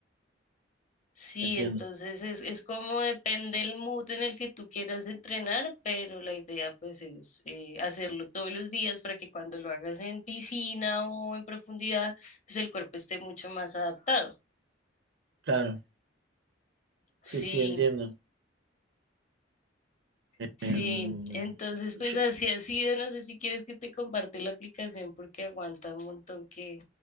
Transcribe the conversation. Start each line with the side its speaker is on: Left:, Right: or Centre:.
Left: Sí,
Right: entiendo.
Left: entonces es, es como depende el mood en el que tú quieras entrenar, pero la idea pues es eh, hacerlo todos los días para que cuando lo hagas en piscina o en profundidad, pues el cuerpo esté mucho más adaptado.
Right: Claro,
Left: Sí,
Right: sí, sí, entiendo.
Left: sí,
Right: Em,
Left: entonces pues
Right: yo-
Left: así ha sido, no sé si quieres que te comparte la aplicación porque aguanta un montón que,